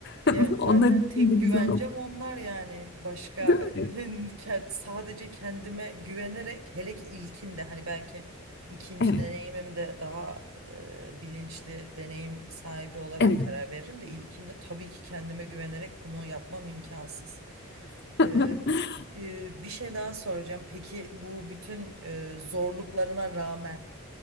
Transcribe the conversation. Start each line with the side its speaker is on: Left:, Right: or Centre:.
Left: <laughs>
Right: Ya zaten
Left: onlar için
Right: tek
Left: de güzel
Right: güvencem
Left: olur.
Right: onlar yani başka
Left: Değil
Right: <laughs>
Left: mi?
Right: ke- sadece kendime güvenerek hele ki ilkinde hani belki ikinci
Left: Evet.
Right: deneyimimde daha e, bilinçli deneyim sahibi olarak
Left: Evet.
Right: karar veririm de ilkinde tabii ki kendime güvenerek bunu yapmam imkansız.
Left: <laughs>
Right: Ee, e, bir şey daha soracağım. Peki bu bütün e, zorluklarına rağmen